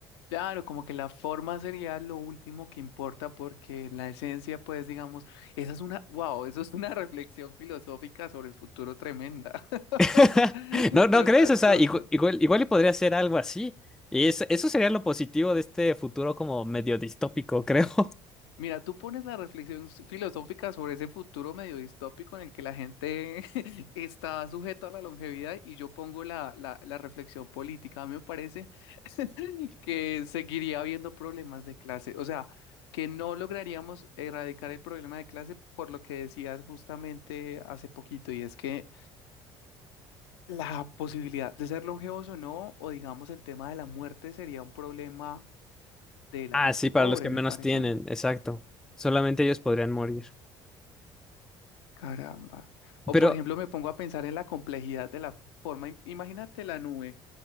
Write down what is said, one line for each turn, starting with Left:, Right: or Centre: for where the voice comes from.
Left: Claro, como que la forma sería lo último que importa porque la esencia, pues digamos, esa es una, wow, eso es una <laughs> reflexión filosófica sobre el futuro tremenda,
Centre: <laughs>
Left: <laughs> entre
Centre: ¿No, no crees?
Left: otras
Centre: O sea,
Left: cosas.
Centre: igu- igual, igual, y podría ser algo así. Y eso, eso sería lo positivo de este futuro como medio distópico, creo. <laughs>
Left: Mira, tú pones la reflexión s- filosófica sobre ese futuro medio distópico en el que la gente <laughs> está sujeta a la longevidad y yo pongo la, la, la reflexión política. A mí me parece <laughs> que seguiría habiendo problemas de clase, o sea, que no lograríamos erradicar el problema de clase por lo que decías justamente hace poquito, y es que la posibilidad de ser longevos o no, o digamos el tema de la muerte sería un problema de la
Centre: Ah,
Left: gente
Centre: sí, para
Left: pobre,
Centre: los que menos
Left: me parece
Centre: tienen, exacto. Solamente ellos podrían morir.
Left: Caramba. O
Centre: Pero,
Left: por ejemplo, me pongo a pensar en la complejidad de la forma. Im- Imagínate la nube,